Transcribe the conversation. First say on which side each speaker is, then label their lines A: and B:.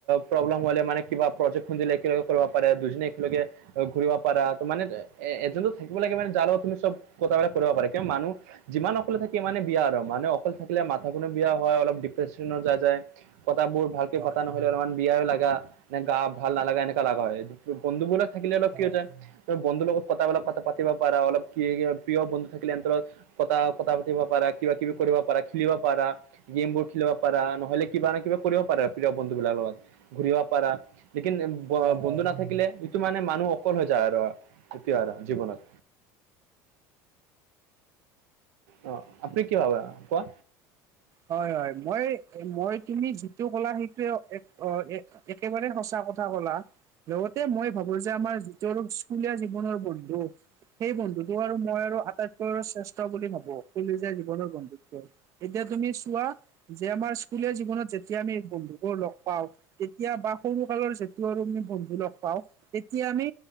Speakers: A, on the right; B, on the right.
A: প্ৰব্লেম হলে মানে কিবা প্ৰজেক্টখন দিলে একেলগে কৰিব পাৰে দুইজনে একেলগে- ঘূৰিব পাৰা ত মানে এজনো থাকিব লাগে মানে যাৰ লগ তুমি চব কথাবিলাক কৰিব পাৰা কিন্তু মানুহ যিমান অকলে থাকে ইমানে বিয়া আৰু মানে অকলে থাকিলে মাথাখননে বিয়া হয় অলপ ডিপ্ৰেশচন যা যায়। কতাবোৰ ভালকে
B: হয়
A: পতা নহলে অলপমান বিয়াও লাগা নে গা ভাল নালাগা এনেকা লগা হয় বন্ধুবোৰাক থাকিলে অলপ
B: হয়
A: কি হৈ যায় তুমি বন্ধুৰ লগত কথা বিলাক পাতিব পাৰা অলপ কি প্ৰিয় বন্ধু থাকিলে এনতৰ লগত কথা কথা পাতিব পাৰা কিবা কিবি কৰিব পাৰা খেলিব পাৰা। গেমবোৰ খেলিব পাৰা নহলে কিবা নহয় কিবা কৰিব পাৰা প্ৰিয় বন্ধু বিলাকৰ লগত- ঘুৰিব পাৰা লেকিন ব
B: হয়
A: বন্ধু
B: হয়
A: নাথাকিলে যিটো মানে মানুহ অ- সফল হৈ যায় আৰু তেতিয়া আৰু জীৱনত অ আপুনি কি ভাবা কোৱা?
B: হয় হয় মই মই তুমি যিটো কলা সেইটো অ এ একেবাৰে সঁচা কথা কলা- লগতে মই ভাবো যে আমাৰ যিতো আৰু স্কুলীয়া জীৱনৰ বন্ধু- সেই বন্ধুতো আৰু মই আৰু আটাইতকৈ আৰু শ্ৰেষ্ঠ বুলি ভাবো কলেজীয়া জীৱনৰ বন্ধুতো এতিয়া তুমি চোৱা যে আমাৰ স্কুলীয়া জীৱনত যেতিয়া আমি বন্ধুবোৰ লগ পাওঁ তেতিয়া বা সৰু কালৰ যিটো আৰু আমি বন্ধু লগ পাওঁ তেতিয়া আমি